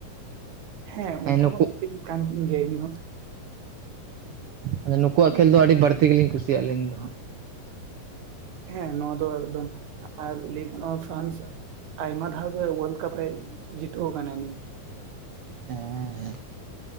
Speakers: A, on the right; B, on the right.
A: ᱦᱮᱸ
B: ᱱᱩᱠᱩ
A: ᱩᱱᱠᱩ ᱦᱚᱸ ᱢᱤᱫᱴᱤᱱ ᱠᱟᱱ ᱛᱤᱧ ᱜᱮᱭᱟ ᱩᱱᱤ ᱦᱚᱸ
B: ᱟᱫᱚ ᱱᱩᱠᱩᱣᱟᱜ ᱠᱷᱮᱹᱞ ᱫᱚ ᱟᱹᱰᱤ ᱵᱟᱹᱲᱛᱤ ᱜᱮᱞᱤᱧ ᱠᱩᱥᱤᱭᱟᱜᱼᱟ ᱟᱹᱞᱤᱧ ᱫᱚ ᱦᱟᱸᱜ
A: ᱦᱮᱸ ᱱᱚᱣᱟ ᱫᱚ ᱮᱠᱫᱚᱢ ᱟᱨ ᱞᱟᱹᱭ ᱜᱟᱱᱚᱜᱼᱟ ᱯᱷᱨᱟᱱᱥ ᱟᱭᱢᱟ ᱫᱷᱟᱣ ᱜᱮ ᱚᱣᱟᱨᱞᱰ ᱠᱟᱯ ᱮ ᱡᱤᱛᱟᱹᱣ ᱟᱠᱟᱱᱟᱭ
B: ᱦᱮᱸ ᱦᱮᱸ